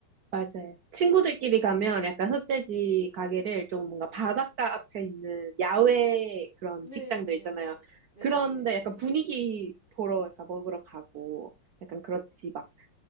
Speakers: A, on the right; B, on the right.
A: 맞아요. 친구들끼리 가면 약간 흑돼지 가게를 좀 뭔가 바닷가 앞에 있는 야외 그런
B: 네,
A: 식당들
B: 네,
A: 있잖아요.
B: 네, 네,
A: 그런데
B: 네, 네.
A: 약간 분위기 보러 약간 먹으러 가고 약간 그렇지 막